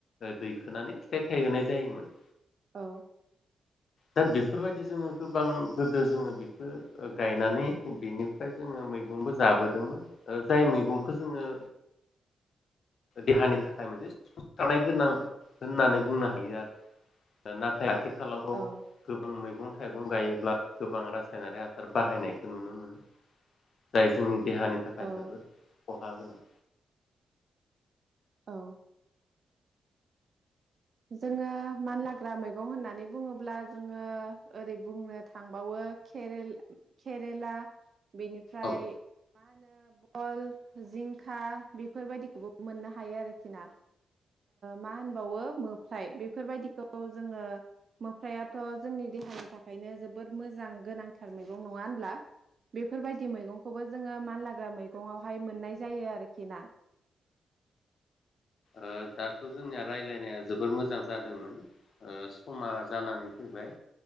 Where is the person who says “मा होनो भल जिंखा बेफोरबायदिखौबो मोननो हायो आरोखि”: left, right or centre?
Right